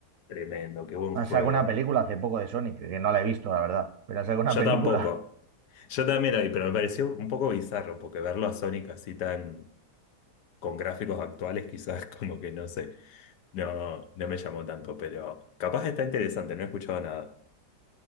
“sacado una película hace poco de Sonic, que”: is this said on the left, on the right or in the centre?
Right